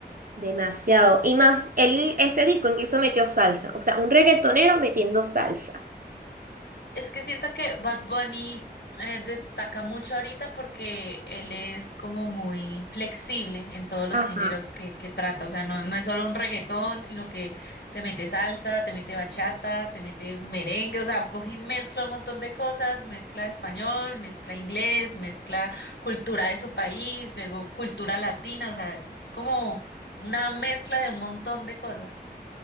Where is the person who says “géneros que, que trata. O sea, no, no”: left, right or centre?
Left